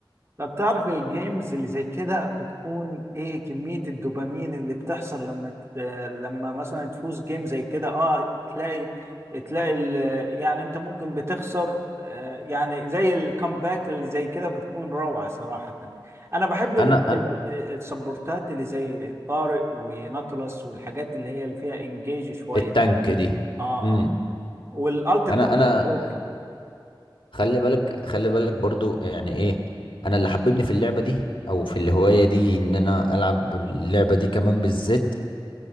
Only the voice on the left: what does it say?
انا انا
التانك
دي
امم
انا انا
خلي بالك خلي بالك برضو يعني ايه انا اللي حببني في اللعبة دي او في الهواية دي ان انا العب اللعبة دي كمان بالذات